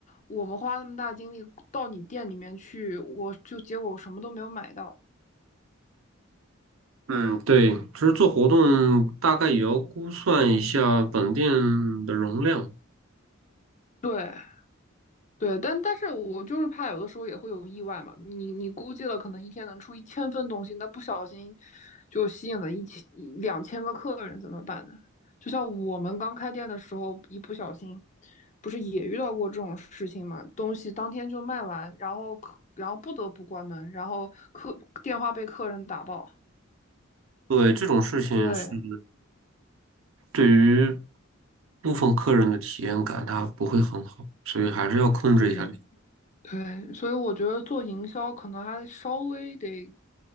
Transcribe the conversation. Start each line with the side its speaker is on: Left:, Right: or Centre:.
Left: 我们花那么大精力到你店里面去，我就结果我什么都没有买到。
Right: 嗯，对，其实做活动大概也要估算一下本店的容量。
Left: 对，对，但但是我就是怕有的时候也会有意外嘛。你你估计了，可能一天能出一千份东西，那不小心就吸引了一千一两千个客人，怎么办呢？就像我们刚开店的时候，一不小心，不是也遇到过这种事情嘛？东西当天就卖完，然后客，然后不得不关门，然后客电话被客人打爆。
Right: 对，这种事情是
Left: 对
Right: 对于部分客人的体验感，它不会很好，所以还是要控制一下这个
Left: 对，对，所以我觉得做营销可能还稍微得